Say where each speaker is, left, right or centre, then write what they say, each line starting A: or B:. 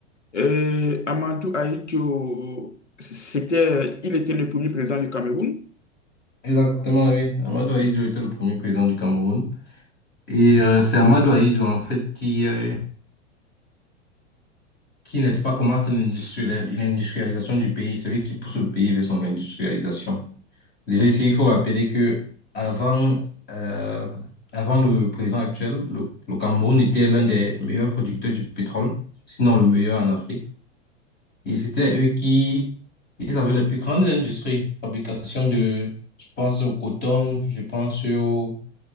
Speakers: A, on the left; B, on the left.
A: Euh, Amadou Ahidjo, c'était, il était le premier président du Cameroun.
B: Exactement, oui. Amadou Ahidjo était le premier président du Cameroun. Et euh, c'est Amadou Ahidjo, en fait, qui, euh, qui n'est-ce pas, commence l'industriali- l'industrialisation du pays, celui qui pousse le pays vers son industrialisation. Déjà ici, il faut rappeler que avant, euh, avant le président actuel, le, le Cameroun était l'un des meilleurs producteurs du pétrole, sinon le meilleur en Afrique. Et c'était eux qui, ils avaient les plus grandes industries, fabrication de, je pense au coton, je pense au-